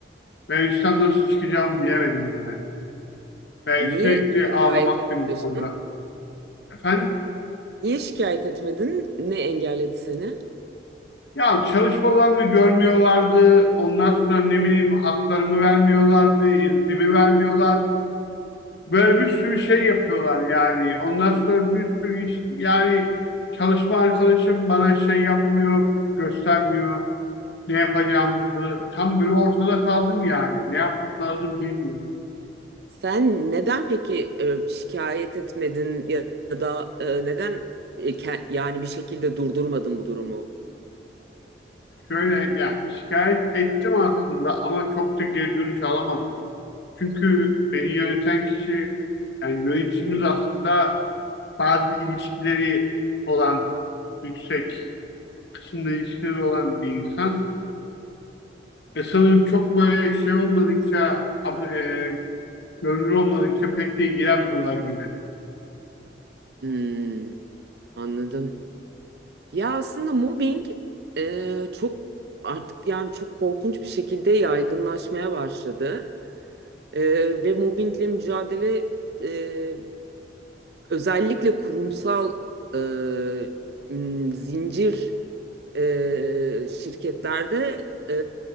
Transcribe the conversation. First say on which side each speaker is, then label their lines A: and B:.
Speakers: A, on the left; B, on the right.
A: Ben o işten nasıl çıkacağımı bilemedim yani. Ve
B: niye
A: sürekli
B: şikayet
A: ağlamaktım
B: etmiyorsun?
A: bu konuda. Efendim?
B: Niye şikayet etmedin? Ne engelledi seni?
A: Ya çalışmalarımı görmüyorlardı. Ondan sonra ne bileyim haklarımı vermiyorlardı, iznimi vermiyorlar. Böyle bir sürü şey yapıyorlar yani. Ondan sonra bir sürü iş yani çalışma arkadaşım bana şey yapmıyor, göstermiyor ne yapacağımızı. Tam böyle ortada kaldım yani. Ne yapmam lazım bilmiyorum.
B: Sen neden peki e, şikayet etmedin ya da e, neden e, ke- yani bir şekilde durdurmadın bu durumu?
A: Şöyle yani şikayet ettim aslında ama çok da geri dönüş alamadım. Çünkü beni yöneten kişi yani yöneticimiz aslında bazı ilişkileri olan yüksek kısımda ilişkileri olan bir insan. Ve sanırım çok böyle şey olmadıkça ab- e, görünür olmadıkça pek de ilgilenmiyorlar gibi.
B: Hmm, anladım. Ya aslında mobbing e, çok artık yani çok korkunç bir şekilde yaygınlaşmaya başladı. E, ve mobbingle mücadele e, özellikle kurumsal e, zincir e, şirketlerde e,